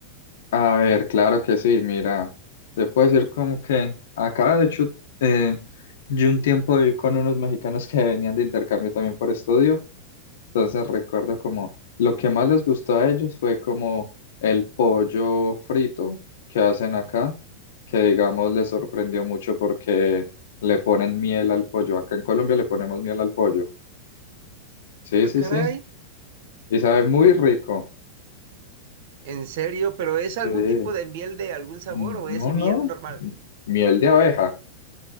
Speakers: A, on the left; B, on the right.
A: a ver, claro que sí, mira, te puedo decir como que acá de hecho eh, yo un tiempo viví con unos mexicanos que venían de intercambio también por estudio, entonces recuerdo como lo que más les gustó a ellos fue como el pollo frito que hacen acá, que digamos les sorprendió mucho porque le ponen miel al pollo, acá en Colombia le ponemos miel al pollo, sí,
B: Ah,
A: sí,
B: caray.
A: sí. Y sabe muy rico.
B: En serio, pero ¿es algún
A: Sí.
B: tipo de miel de algún sabor
A: Mm,
B: o
A: No,
B: es
A: no.
B: miel normal?
A: m- Miel de abeja.